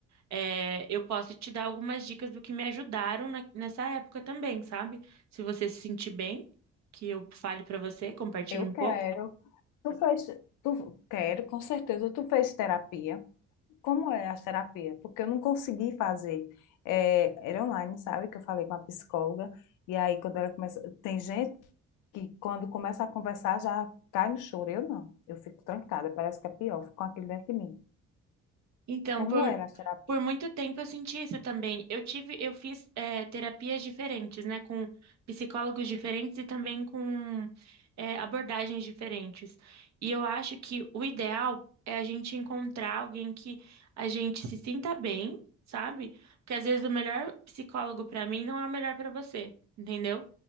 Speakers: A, on the right (about 65°); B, on the left (about 85°).
A: É, eu posso te dar algumas dicas do que me ajudaram na- nessa época também, sabe? Se você se sentir bem, que eu fale pra você, compartilhe
B: Eu
A: um
B: quero.
A: pouco.
B: Tu fez, tu quero, com certeza. Tu fez terapia. Como é a terapia? Porque eu não consegui fazer. É, era online, sabe? Que eu falei com a psicóloga. E aí, quando ela começa. Tem gente que, quando começa a conversar, já cai no choro. Eu não. Eu fico trancada, parece que é pior. Fico com aquilo dentro de mim.
A: Então,
B: Como
A: por,
B: era a terapia?
A: Por muito tempo eu senti isso também. Eu tive, eu fiz eh, terapias diferentes, né, com psicólogos diferentes e também com eh, abordagens diferentes. E eu acho que o ideal é a gente encontrar alguém que a gente se sinta bem, sabe? Porque às vezes o melhor psicólogo para mim não é o melhor para você, entendeu?